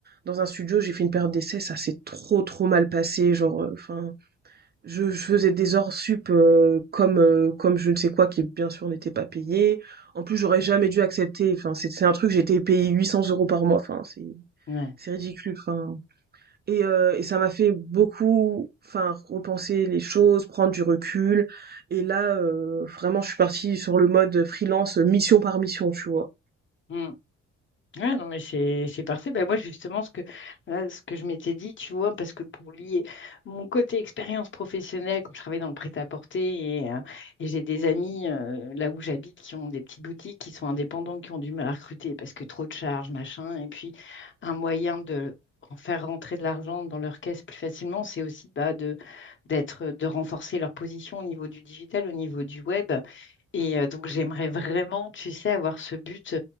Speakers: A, on the right; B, on the left.
A: dans un studio, j'ai fait une période d'essai, ça s'est trop trop mal passé, genre, euh, enfin. Je, je faisais des hors sup euh, comme, euh, comme je ne sais quoi, qui bien sûr n'était pas payé. En plus, j'aurais jamais dû accepter. Enfin, c'est c'est un truc, j'ai été payé 800 euros par mois. Enfin, c'est
B: ouais.
A: c'est ridicule. Enfin, et, euh, et ça m'a fait beaucoup, enfin, repenser les choses, prendre du recul. Et là, euh, vraiment, je suis partie sur le mode freelance, euh, mission par mission, tu vois.
B: Mm. Ouais, non, mais c'est c'est parfait. Bah, moi, justement, ce que, euh, ce que je m'étais dit, tu vois, parce que pour lier mon côté expérience professionnelle, comme je travaille dans le prêt-à-porter et, euh, et j'ai des amis euh, là où j'habite qui ont des petites boutiques, qui sont indépendants, qui ont du mal à recruter parce que trop de charges, machin. Et puis, un moyen de en faire rentrer de l'argent dans leur caisse plus facilement, c'est aussi bah, de, d'être, de renforcer leur position au niveau du digital, au niveau du web. Et euh, donc, j'aimerais vraiment, tu sais, avoir ce but